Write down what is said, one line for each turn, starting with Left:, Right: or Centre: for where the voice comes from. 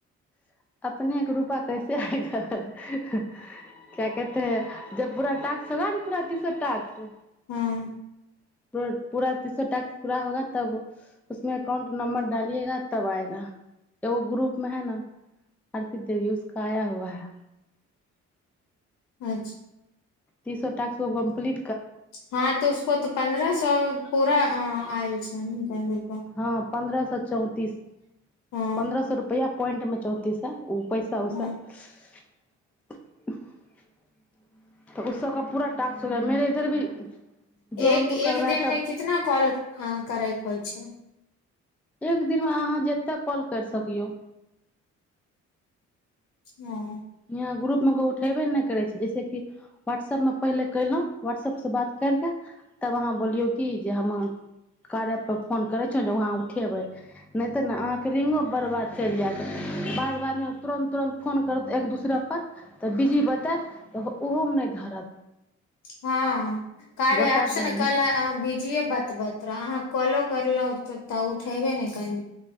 Centre: <unintelligible>
Left: हँ।
Centre: <unintelligible>
Left: अचछा
Centre: तीस स ास् कम्प्ली
Left: हँ तऽ उसको तऽ पन्द्रह सए पूरा अ आल छै ने त
Centre: हँ पन्द्रह सए चौंतीस
Left: हँ
Centre: पन्द्रह सए रुपआ पोइंट मे चौंतीस ह ओ पैसा उसा।
Left: हँ
Centre: <unintelligible> इधर भी जो हमको
Left: एक
Centre: करबाय
Left: एक दिनमे
Centre: तब
Left: कितना कॉल करैके होइ छै।
Centre: एक दिनमे अहाँ जतेक कॉल करि सकियौ
Left: हँ।
Centre: यहाँ ग्रुपमे को उठेबे नहि करै छै जैसेि की व्हाट्सऐपमे पहिले कलहुँ वाट्सऐप से बात कर क तब अहाँ बोलियौ कि जे हम कारप परर फोन करै छ जे वहाँ उठेबै नहिऽ। तऽ ने अहाँके रिङ्गो बरबाद चलि जायत बाद बादमे तुरन्त तुरन्त फोन करत दूसरा पर तऽ बता तऽ ओहो मे नहि धरत
Left: हँ। कार्या
Centre: बोलता
Left: अपस ने कल बीजी य बात ब तो अहाँ कॉलो करलहु त तऽ उठेबे ने कल